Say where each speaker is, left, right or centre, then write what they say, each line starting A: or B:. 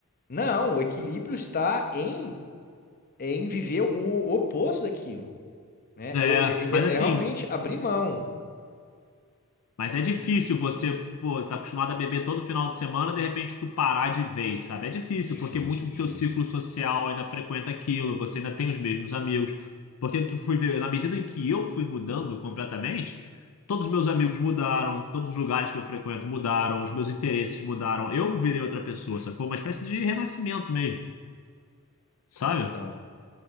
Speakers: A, on the left (about 40°); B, on the left (about 70°).
A: Não, o equilíbrio está em, em viver o, o oposto daquilo, né?
B: É,
A: Eu, é é-
B: mas assim,
A: é realmente abrir mão.
B: mas é difícil você, pô, você tá acostumado a beber todo final de semana, de repente tu parar de vez, sabe? É difícil,
A: Difícil,
B: porque muito
A: difícil.
B: do teu ciclo social ainda frequenta aquilo, você ainda tem os mesmos amigos. Porque tu fui ver, na medida em que eu fui mudando completamente, todos os meus amigos mudaram, todos os lugares que eu frequento mudaram, os meus interesses mudaram, eu virei outra pessoa, sacou? Uma espécie de renascimento mesmo. Sabe?
A: Então.